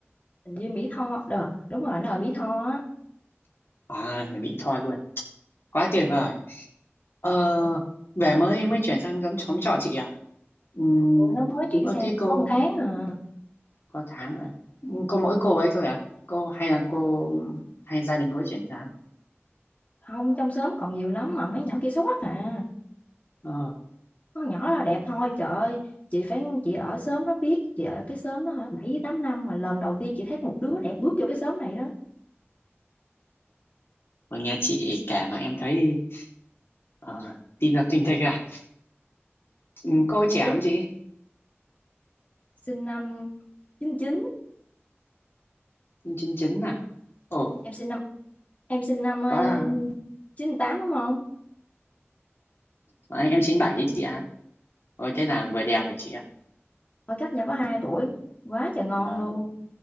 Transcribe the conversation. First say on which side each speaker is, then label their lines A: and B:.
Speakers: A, on the left; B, on the left.
A: hình như Mỹ Tho Đờ, đúng rồi nó ở Mỹ Tho á
B: à, người Mỹ Tho luôn. Quá tuyệt vời. Ờ,
A: ừ,
B: về mới mới chuyển sang giống xóm trọ chị à? Ừm,
A: ừ, nó mới chuyển
B: Ờ
A: sang
B: thế
A: được
B: cô
A: có một tháng à
B: có tháng rồi. Ừm, Cô mỗi cô ấy thôi à? Cô hay là cô hay gia đình cô ấy chuyển sang?
A: không trong xóm còn nhiều lắm mà mấy nhỏ kia xấu quắc à
B: Ờ,
A: có nhỏ là đẹp thôi trời ơi chị phải chị ở xóm nó biết chị ở cái xóm đó hả bảy tám năm mà lần đầu tiên chị thấy một đứa đẹp bước vô cái xóm này đó
B: mà nghe chị kể mà em thấy ờ, tim đập thình thịch à? Ừm, Cô ấy
A: Thiệt,
B: trẻ không chị?
A: sinh năm chín chín
B: Chín chín chín à? Ồ.
A: em sinh năm em sinh năm ờ,
B: có à,
A: chín tám đúng không
B: Đấy, em 97 ấy chị ạ Ôi thế là vừa đẹp rồi chị ạ
A: Ở cách nhà có 2 tuổi quá trời ngon
B: vâng
A: luôn